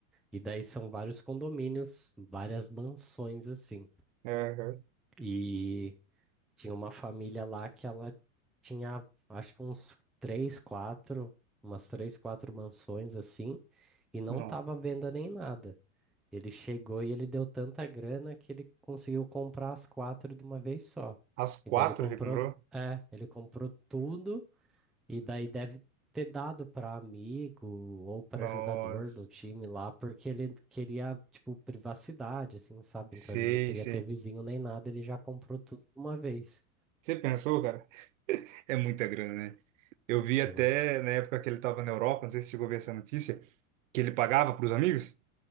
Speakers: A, in the centre; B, on the right.
A: E daí são vários condomínios, várias mansões assim.
B: Aham.
A: E tinha uma família lá que ela tinha, acho que uns três, quatro, umas três, quatro mansões assim, e não
B: Nossa.
A: tava à venda nem nada. Ele chegou e ele deu tanta grana que ele conseguiu comprar as quatro de uma vez só.
B: As quatro
A: E daí ele comprou,
B: ele comprou?
A: é, ele comprou tudo e daí deve ter dado para amigo ou para
B: Nossa.
A: jogador do time lá, porque ele queria, tipo, privacidade, assim, sabe?
B: Sei,
A: Então ele não queria
B: sei.
A: ter vizinho nem nada, ele já comprou tudo de uma vez.
B: Você pensou, cara? <laughs> É muita grana, né? Eu
A: Sim,
B: vi até na época que ele estava na Europa, não sei se chegou a ver essa notícia, que ele pagava para os amigos,